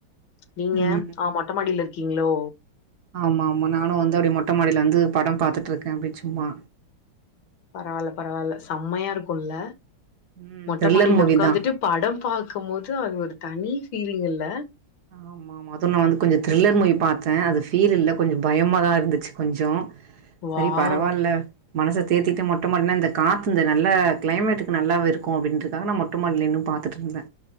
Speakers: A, on the left; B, on the right.
A: நீங்க
B: ம்
A: ஆ மொட்டமாடியில இருக்கீங்களோ
B: ஆமா ஆமா நானு வந்து அப்டி மொட்டைமடியில வந்து படோ பாத்துட்டுருக்கே அப்படி சும்மா
A: பரவால்ல பரவால்ல சம்மையாருக்குல்ல
B: ம்
A: மொட்ட
B: த்ரில்லர்
A: மாடியில
B: மூவி
A: உக்காந்துட்டு
B: தா
A: படோ பாக்கும் போது அது ஒரு தனி ஃபீலிங்கல்ல
B: ஆமா மொதல்ல வந்து கொஞ்சோ த்ரில்லர் மூவி பாத்தே அது ஃபீல் இல்ல கொஞ்சோ பயமாதா இருந்துச்சு கொஞ்சோ
A: வாவ்!
B: சேரி பரவால்ல மனச தேத்திட்டு மொட்ட மாடில இந்த காத்து இந்த நல்லா கிளைமேட்டுக்கு நல்லாவே இருக்கு அப்டின்ட்டு நானு மொட்ட மாடில நின்னு பாத்துட்டுருந்த